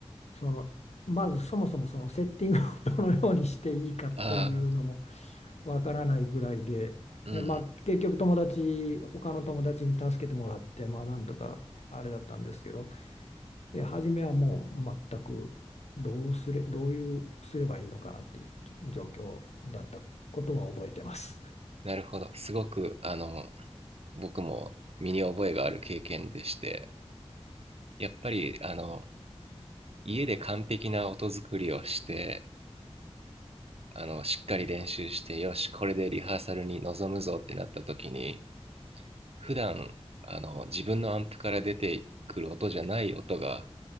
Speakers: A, on the left (about 80°); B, on the right (about 65°).
A: そのまずそもそもそのセッティングを <laughs> どのようにしていいかというのも
B: ああ
A: わからないぐらいで、
B: ーうん
A: えまあ、結局友達他の友達に助けてもらってまあなんとかあれだったんですけどえ初めはもう全くどうすれ、どういうすればいいのかなっていう状況だったことは覚えてます。
B: なるほどすごくあの僕も身に覚えがある経験でしてやっぱりあの家で完璧な音作りをしてあのしっかり練習してよしこれでリハーサルに臨むぞってなった時に普段あの自分のアンプから出てくる音じゃない音が